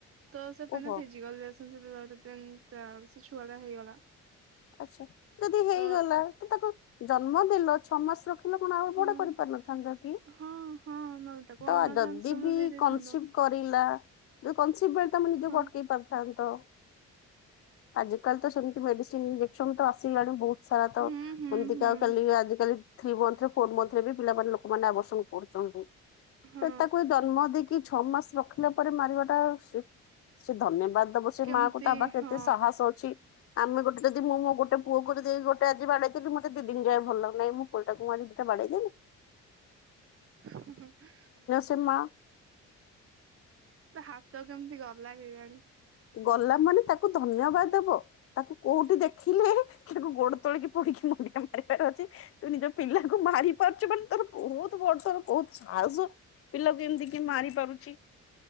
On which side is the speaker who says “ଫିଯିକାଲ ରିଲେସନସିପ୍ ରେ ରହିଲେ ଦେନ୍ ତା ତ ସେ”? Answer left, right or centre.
Right